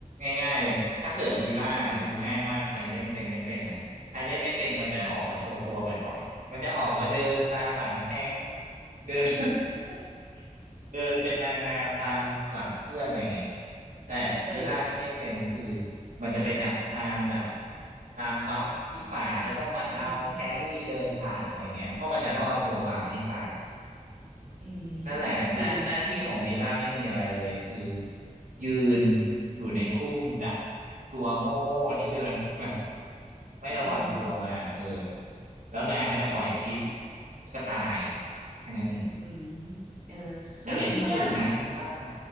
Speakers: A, on the right; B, on the right.
A: ง่ายๆเลยถ้าเกิดวีล่าดูง่ายมากใครเล่นเป็นไม่เป็นนะใครเล่นไม่เป็นมันจะออกมาโชว์ตัวบ่อยๆมันจะออกมาเดินตามหลังแท้ง
B: อืม
A: เดิน <laughs> เดินเป็นนางงามตามหลังเพื่อนอะไรเงี้ยแต่วีล่าที่เล่นเป็นคือ
B: เออ
A: มันจะไปดักตามแบบตามบัฟที่ป่าจะต้องมาเอาแครี่เดินผ่านอะไรเงี้ยเพราะมันจะต้องเอาตัวบางให้ตาย
B: อืมอืมอืมอืม
A: นั่นแหละหน้าหน้าที่ของวีล่าไม่มีอะไรเลยคือ
B: จริง
A: ยืนอยู่ในคุ้มดักตัวโง่โง่ที่เดิน <laughs> แบบไม่ระวังตัวมาเออ
B: อืม
A: แล้วนางก็จะปล่อยพิษ
B: อืม
A: แล้วก็ตายแค่นั้นเอง
B: อืมเออเฮ้ยคุณเยี่ยม
A: แต่เล่นสนุกนะวีล่า